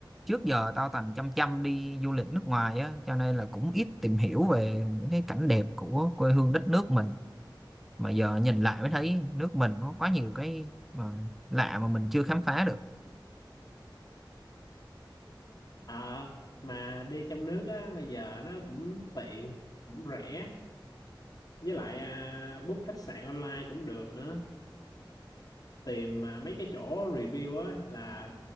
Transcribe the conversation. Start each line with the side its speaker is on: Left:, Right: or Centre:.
Centre: trước giờ tao toàn chăm chăm đi du lịch nước ngoài á cho nên là cũng ít tìm hiểu về những cái cảnh đẹp của quê hương đất nước mình mà giờ nhìn lại mới thấy nước mình có quá nhiều cái mà lạ mà mình chưa khám phá được
Left: à, mà đi trong nước á bây giờ nó cũng tiện cũng rẻ với lại à, book khách sạn online cũng được nữa tìm à, mấy cái chỗ review á là